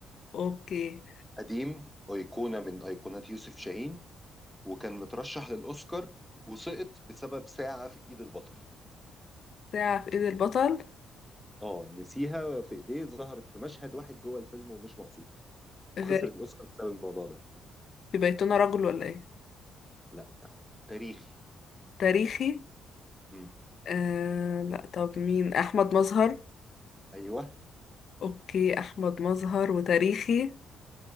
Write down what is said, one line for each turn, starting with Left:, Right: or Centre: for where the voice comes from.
Left: <laughs> اوكي
Centre: قديم ايقونه من ايقونات يوسف شاهين وكان مترشح للاوسكار وسقط بسبب ساعه في ايد البطل
Left: ساعة في ايد البطل
Centre: اه نسيها في ايديه ظهرت في مشهد واحد جوه الفيلم ومش مقصود وخسر
Left: غريب
Centre: الاوسكار بسبب الموضوع ده
Left: في بيتنا رجل ولا ايه
Centre: لا تاريخي
Left: تاريخي
Centre: امم
Left: آه لا طب مين احمد مظهر
Centre: ايوه
Left: اوكي احمد مظهر وتاريخي